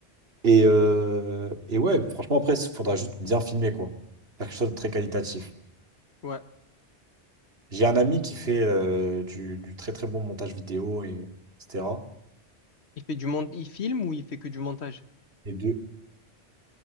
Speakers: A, on the right (about 60°); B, on the left (about 70°).
A: Et, euh, et ouais, franchement, après, il faudra juste bien filmer, quoi. Faire quelque chose de très qualitatif.
B: Ouais.
A: J'ai un ami qui fait euh, du, du très très bon montage vidéo, et, etc.
B: Il fait du monde, il filme ou il fait que du montage?
A: Et, de,